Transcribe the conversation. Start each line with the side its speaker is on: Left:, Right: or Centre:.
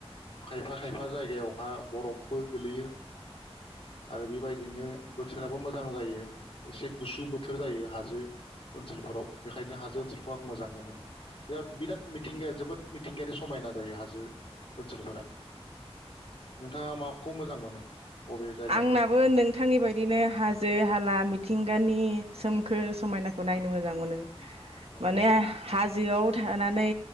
Left: खायफा खायफा जायगायावहा बरफबो गोलैयो आरो बेबायदिनो बोथोराबो मोजां जायो एसे गुसु बोथोर जायो हाजो ओनसोलफोराव बेखायनो हाजो ओनसोलखौ आं मोजां मोनो बे बिराद मिथिंगाया जोबोद मिथिंगायारि समायना जायो हाजो ओनसोलफोरा नोंथाङा माखौ मोजां मोनो? बबे जायगाखौ
Right: आंनाबो नोंथांनि बाय‌ दिनो हाजो हाला मिथिंगानि सोमखोर समायनाखौ नायनो मोजां मोनो।
Left: नंगौ
Right: माने हाजोआव थानानै